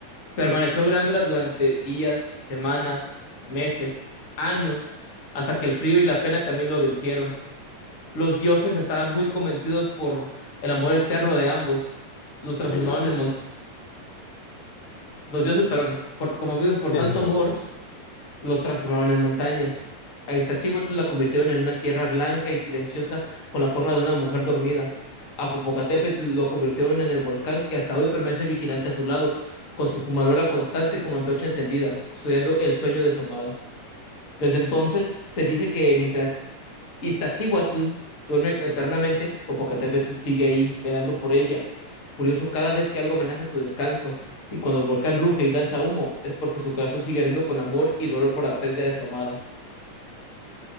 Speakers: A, on the left; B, on the left.
A: Permaneció velándola durante días, semanas, meses, años, hasta que el frío y la pena también lo vencieron. Los dioses estaban muy convencidos por el amor eterno de ambos. Los transformaron
B: Ok, ok. Sí,
A: en mon- los dioses, perdón, por, conmovidos por tanto
B: no te preocupes.
A: amor los transformaron en montañas. A Iztaccíhuatl la convirtieron en una sierra blanca y silenciosa con la forma de una mujer dormida. A Popocatépetl lo convirtieron en el volcán que hasta hoy permanece vigilante a su lado, con su fumarola constante como antorcha encendida, custodiando el sueño de su amada. Desde entonces, se dice que mientras Iztaccíhuatl duerme eternamente, Popocatépetl sigue ahí, velando por ella, furioso cada vez que algo amenaza su descanso, y cuando el volcán ruge y lanza humo, es porque su corazón sigue ardiendo con amor y dolor por la pérdida de su amada.